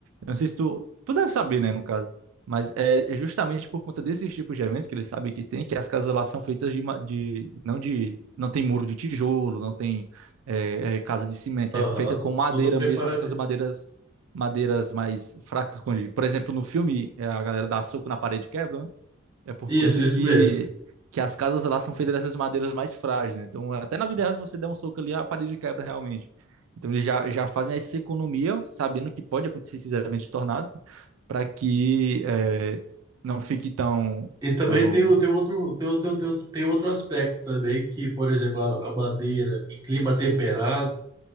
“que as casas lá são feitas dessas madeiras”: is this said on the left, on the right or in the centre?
Right